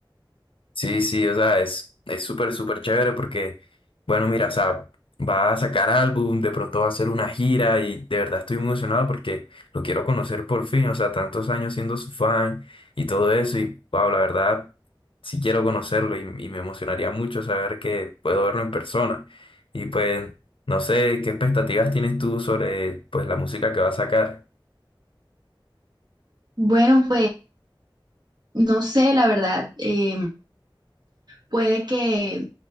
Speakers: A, on the left; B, on the right.
A: Sí, sí, o sea, es es súper, súper chévere porque, bueno, mira, o sea, va a sacar álbum, de pronto va a hacer una gira y de verdad estoy muy emocionado porque lo quiero conocer por fin, o sea, tantos años siendo su fan y todo eso y, wow, la verdad, sí quiero conocerlo y, y me emocionaría mucho saber que puedo verlo en persona. Y pues, no sé, ¿qué expectativas tienes tú sobre, pues, la música que va a sacar?
B: Bueno, pues no sé, la verdad, eh, puede que